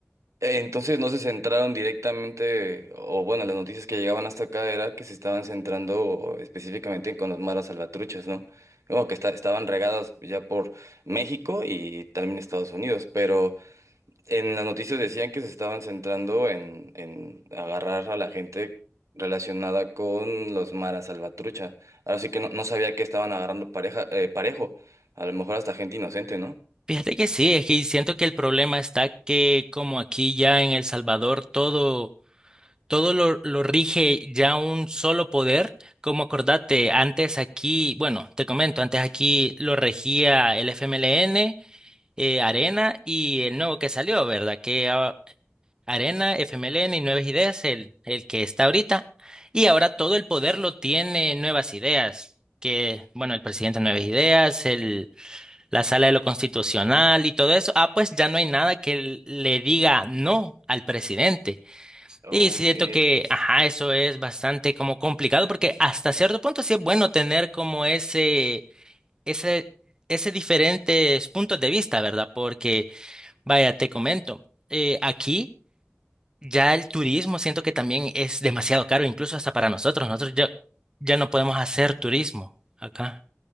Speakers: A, on the right; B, on the right.
A: Eh, Entonces no se centraron directamente, o bueno, las noticias que llegaban hasta acá era que se estaban centrando específicamente con los maras salvatruchas, ¿no? Como que esta- estaban regadas ya por México y también Estados Unidos, pero en las noticias decían que se estaban centrando en, en agarrar a la gente relacionada con los maras salvatrucha. Ahora sí que no, no sabía que estaban agarrando pareja, eh, parejo, a lo mejor hasta gente inocente, ¿no?
B: Fíjate que sí, es que siento que el problema está que como aquí ya en El Salvador todo todo lo, lo rige ya un solo poder. Como acordate, antes aquí, bueno, te comento, antes aquí lo regía el FMLN, eh, Arena y el nuevo que salió, ¿verdad? Que ah, Arena, FMLN y Nuevas Ideas, el, el que está ahorita. Y ahora todo el poder lo tiene Nuevas Ideas. que, bueno, el presidente de Nuevas Ideas, el, la sala de lo constitucional y todo eso, ah, pues ya no hay nada que le diga no al presidente.
A: Ok.
B: Y siento que, ajá, eso es bastante como complicado porque hasta cierto punto sí es bueno tener como ese, ese, ese diferentes puntos de vista, ¿verdad? Porque, vaya, te comento, eh, aquí ya el turismo siento que también es demasiado caro, incluso hasta para nosotros. Nosotros ya, ya no podemos hacer turismo acá.